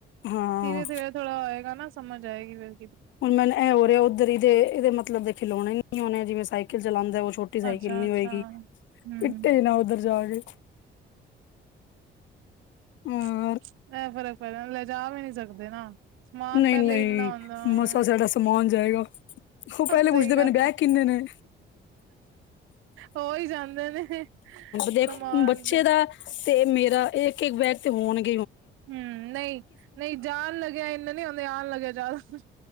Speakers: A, on the left; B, on the right.
A: ਹਾਂ
B: ਧੀਰੇ ਧੀਰੇ ਥੋੜਾ ਹੋਏਗਾ ਐ ਨ ਸਮਜ ਆਏਗੀ ਫੇਰ
A: ਹੁਨ ਮੈਨੂੰ ਐ ਹੋ ਰਿਆ ਉਧਰ ਏਦੇ ਮਤਲਬ ਦੇ ਖਿਡੌਣੇ ਹਨ ਐ ਜਿਵੇਂ ਸਾਈਕਲ ਚਲਾਦਾ ਛੋਟੀ ਸਾਈਕਲ
B: ਅੱਛਾ
A: ਨੀ
B: ਅੱਛਾ
A: ਹੋਏਗੀ।
B: ਹੂੰ
A: ਪਿੱਟੇ ਨਾ ਉੱਧਰ ਜਾ ਕੇ। ਹਾਂ
B: ਇਹ ਫ਼ਰਕ ਪੈ ਜਾਂਦਾ ਲੈਜਾ ਵੀ ਨਹੀਂ ਸਕਦੇ ਨਾ। ਸਮਾਨ
A: ਨਹੀਂ-ਨਹੀਂ
B: ਪਹਿਲੇ ਇੰਨਾ ਹੁੰਦਾ
A: ਮਸਾ ਸਾਡਾ ਸਮਾਨ ਜਾਏਗਾ। ਉਹ ਪਹਿਲੇ
B: ਸਹੀ
A: ਪੁੱਛਦੇ
B: ਗੱਲ
A: ਪਏ ਨੇ ਬੈਗ ਕਿੰਨੇ ਨੇ।
B: ਹੋ ਹੀ ਜਾਂਦੇ ਨੇ
A: ਦੇਖ
B: ਸਮਾਨ
A: ਬੱਚੇ
B: ਤੇ
A: ਦਾ ਤੇ ਮੇਰਾ ਇਹ ਇਕ ਬੈਗ ਤੇ ਹੋਣ ਗੇ।
B: ਹੂੰ ਨਹੀਂ-ਨਹੀਂ ਜਾਣ ਲੱਗਿਆ ਇਨਾ ਹੁਣੇ ਆਉਣ ਲੱਗਿਆ ਜਿਆਦਾ